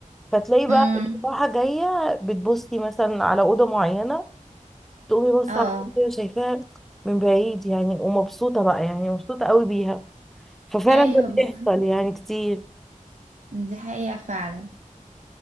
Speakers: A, in the centre; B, on the right.
A: فتلاقي بقى
B: امم
A: راحة جاية بتبصي مثلا على أوضة معينة تقومي بصي
B: اه
A: على الأوضة شايفاها من بعيد يعني ومبسوطة بقى يعني مبسوطة قوي بيها ففعلا
B: ايوه
A: ده
B: بالظبط
A: بيحصل يعني كتير
B: دي حقيقه فعلا